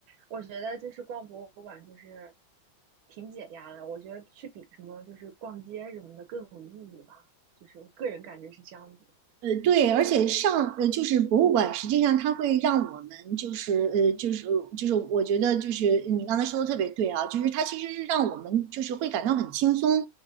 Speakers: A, on the right; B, on the right.
A: 我觉得就是逛博物馆就是挺解压的，我觉得去比什么就是逛街什么的更有意义吧，就是我个人感觉是这样子。
B: 呃，对，而且上呃就是博物馆，实际上它会让我们就是呃就是就是我觉得就是你刚才说的特别对啊，就是它其实是让我们就是会感到很轻松，